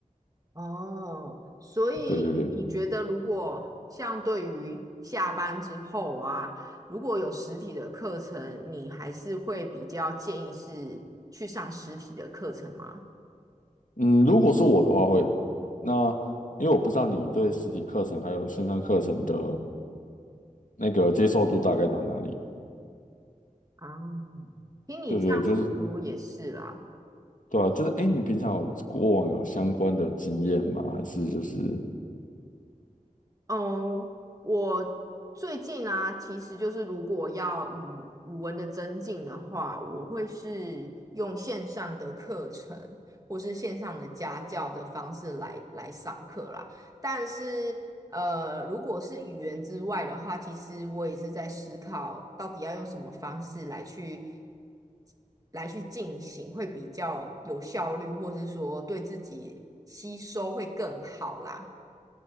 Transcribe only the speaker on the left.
对对对，
嗯，如果是我的话会，那因为我不知道你对实体课程还有线上课程的那个接受度大概到哪里。
对对，对就是对啊，就是哎，诶你平常有过往有相关的经验吗？还是就是？